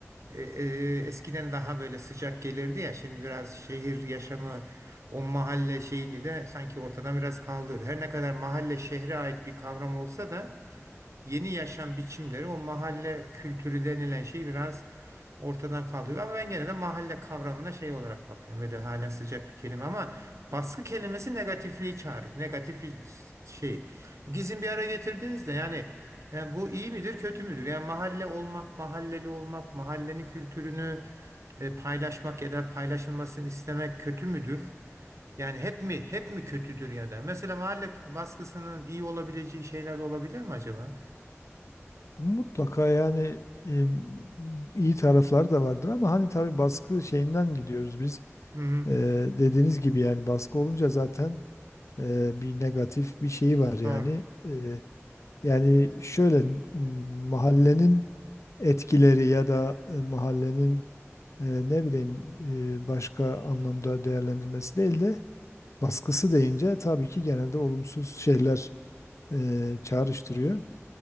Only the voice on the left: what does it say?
Mutlaka yani e, iyi tarafları da vardır ama hani tabii baskı şeyinden gidiyoruz biz.
E, dediğiniz gibi yani baskı olunca zaten e, bir negatif bir şeyi var yani.
E, Yani şöyle m- mahallenin etkileri ya da e, mahallenin e, ne bileyim e, başka anlamda değerlendirmesi değil de baskısı deyince tabii ki genelde olumsuz şeyler e, çağrıştırıyor.